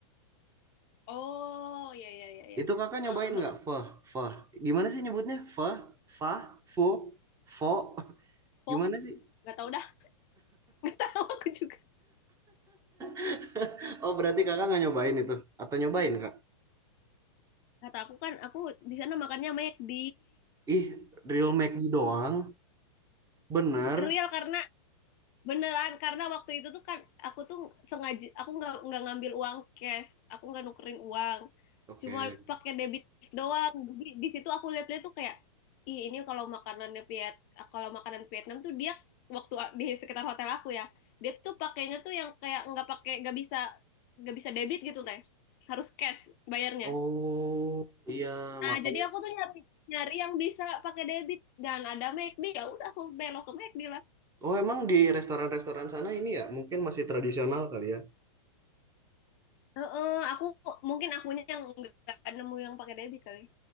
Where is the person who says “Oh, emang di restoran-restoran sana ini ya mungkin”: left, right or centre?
Right